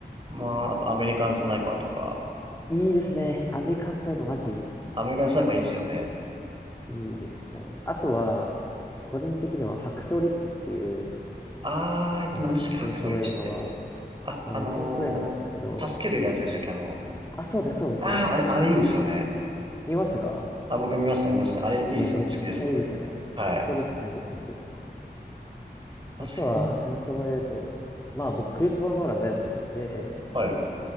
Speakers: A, on the right (about 30°); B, on the left (about 15°).
A: まあ、あとアメリカン・スナイパーとか、
B: いいですね。アメリカンスナイパーマジでいい。
A: アメリカン・スナイパーいいっすよね。
B: いいですね。あとは、個人的には白装リッチっていう、
A: あー、えっと、
B: あの、
A: 何でしたっけ、
B: 戦争映画は、
A: ハクソリチって。あ、
B: あの、
A: あのー助けるやつでしたっけ、
B: 戦争映画なんですけど、
A: あの、
B: あ、そうです、そうです、
A: あー、
B: そうです。
A: あれ、あれいいですよね。
B: 見ましたか
A: あ、僕見ました、見ました。あれいいですよね。
B: いや、めっちゃいいですよね。
A: 好きです、僕。はい。
B: 白装リッチめちゃくちゃ好きですね。
A: まあ、
B: あとは、
A: センス、
B: 戦争もで言うと、まあ、僕、クリストファー・ノーラン大好きなんで、
A: はい。